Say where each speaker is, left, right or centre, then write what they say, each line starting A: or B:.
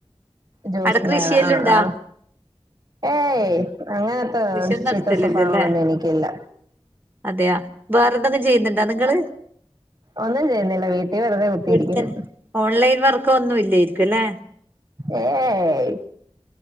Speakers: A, on the right; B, on the right.
A: ജ്യൂസിന്റെ
B: അവിടെ കൃഷിയെല്ലാം
A: കട. ആഹ
B: ഉണ്ടാ
A: ആഹ ഏയ് അങ്ങനത്ത
B: കൃഷിയൊന്നും നടത്തലില്ലല്ലേ
A: ചീത്ത സ്വഭാവങ്ങളൊന്നും എനിക്കില്ല.
B: അതെയാ. വേറെ എന്തെങ്കും ചെയ്യുന്നുണ്ടോ നിങ്ങള്?
A: ഒന്നും ചെയ്യുന്നില്ല വീട്ടിൽ വെറുതെ കുത്തിയിരിക്കുന്നു
B: വീട്ടുത്തന്നെ. ഓൺലൈൻ വർക്ക് ഒന്നും ഇല്ലായിരിക്കും അല്ലെ.
A: ഏയ്